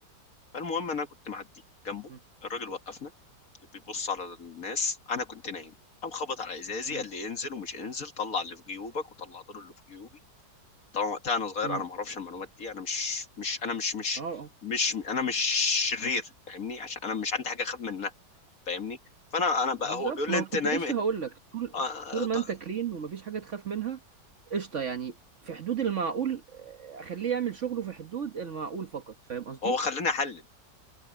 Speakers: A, on the left; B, on the right.
A: فالمهم انا كنت معدي جنبه
B: مم،
A: الراجل وقفنا بيبص على الناس انا كنت نايم قام خبط على ازازي
B: مم،
A: قال لي انزل ومش انزل طلع اللي في جيوبك وطلعت له اللي في جيوبي طبعا وقتها انا صغير
B: مم.
A: انا ما اعرفش المعلومات دي انا مش مش انا مش مش
B: اه آه.
A: مش انا مش شرير فاهمني عشان انا مش عندي حاجه اخد منها فاهمني فانا انا بقى
B: بالظبط
A: هو بيقول
B: ما
A: لي انت
B: كنت
A: نايم
B: لسه
A: ايه
B: هقول لك طول
A: آه
B: طول
A: آه، طيب.
B: ما انت كلين ومفيش حاجة تخاف منها قشطه يعني في حدود المعقول آه، اخليه يعمل شغله في حدود المعقول فقط فاهم قصدي
A: هو خلاني احلل